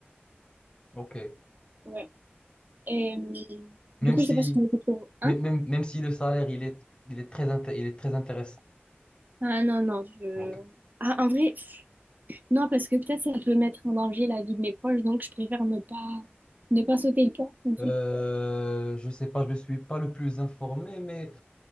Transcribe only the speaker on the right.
Ouais. Et, euh,
du coup,
je sais pas si on écoute le un
Ah non, non, je...
Ah, en vrai, pff, non, parce que peut-être ça peut mettre en danger la vie de mes proches, donc je préfère ne pas, ne pas sauter le pas, en fait.